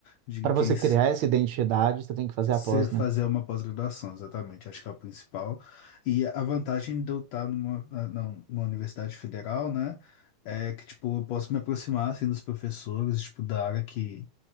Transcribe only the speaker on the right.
Para
você criar essa identidade, você tem que fazer
a pós,
né?